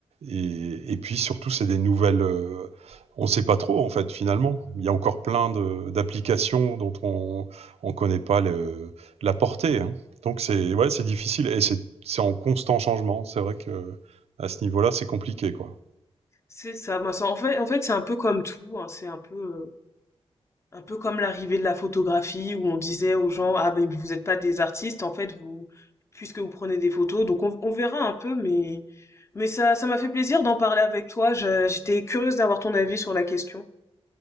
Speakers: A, on the right; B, on the left.
A: Et, et puis surtout, c'est des nouvelles. euh, on ne sait pas trop, en fait, finalement. Il y a encore plein de- d'applications dont on ne connaît pas le- la portée. hein. Donc, c'est ouais, c'est difficile et c'est c'est en constant changement. C'est vrai que à ce niveau-là, c'est compliqué, quoi.
B: C'est ça. Moi, ça- en fait en fait c'est un peu comme tout. hein, c'est un peu euh, un peu comme l'arrivée de la photographie où on disait aux gens ah ben vous êtes pas des artistes en fait vous puisque vous prenez des photos donc on, on verra un peu mais mais ça ça m'a fait plaisir d'en parler avec toi. Je- J'étais curieuse d'avoir ton avis sur la question.